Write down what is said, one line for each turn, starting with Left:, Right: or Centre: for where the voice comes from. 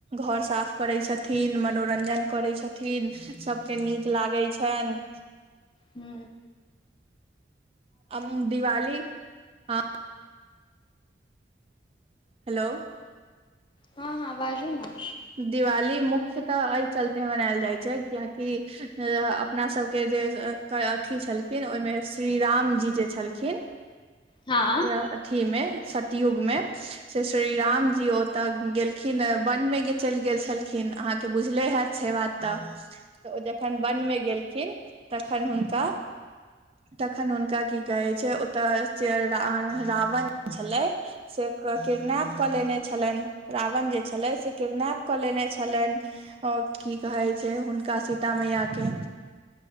Right: घर साफ करै छथिन मनोरंजन करै छथिन सभके नीक लागय छनि
Left: हू
Right: आ दिवाली हँ हेलो
Left: हँ हँ बाजू ने
Right: दिवाली मुख्यतऽ एहि चलते मनायल जाइ छै कियकि अपना सबके जे अथी छलखिन ओहिमे श्री रामजी जे छलखिन
Left: हँ
Right: र अथीमे सतयुग मे से श्री राम जी ओतऽ गेलखिन वन मे चलि गेल छलखिन अहाँके बुझले हैत से बात तऽ ओ जखन बनमे गेलखिन तखन हुनका
Left: हूँ
Right: तखन हुनका की कहे ओतऽ से रावण छले से किडनैप क लेने छले रावण जे छलै से किडनैप कऽ लेने छलनि हँ की कहै छै हुनका सीता मैया के